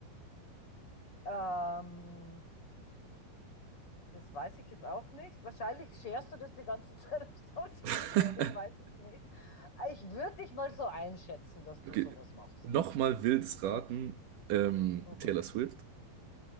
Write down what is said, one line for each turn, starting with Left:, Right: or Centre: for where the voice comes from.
Left: Ähm, das weiß ich jetzt auch nicht. Wahrscheinlich scherst du das die ganze <laughs> Zeit auf Social
Right: <laughs>
Left: Media und ich weiß es nicht. Ich würde dich mal so einschätzen, dass du
Right: Okay.
Left: sowas machst.
Right: Nochmal wildes Raten, ähm,
Left: Mhm.
Right: Taylor Swift.